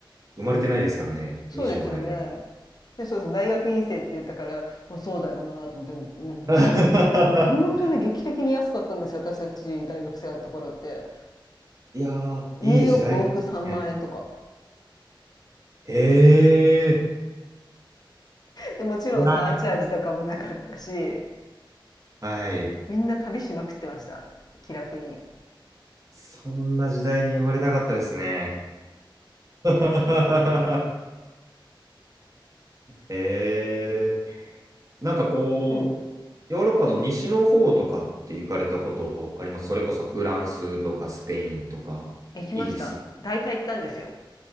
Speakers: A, on the right; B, on the left.
A: 生まれてないですからね、
B: そうですよね。
A: 25年前。
B: で、そうそう、大学院生って言ったから、もうそうだよなと思って、うんその、
A: <laughs>
B: いや本当ね、劇的に安かったんですよ、私たち大学生だった頃って。
A: いやー、
B: ニューヨーク往復3万円とか。
A: いい時代ですね。ええ
B: でもちろんサーチャージとかもなかったし
A: いやはい。
B: みんな旅しまくってました気楽に
A: そんな時代に生まれたかったですね。<laughs> えー、なんかこう、
B: うん
A: ヨーロッパの西の方とかって行かれたことありますそれこそフランスとかスペインとかイギリスも。
B: 行きました大体行ったんですよ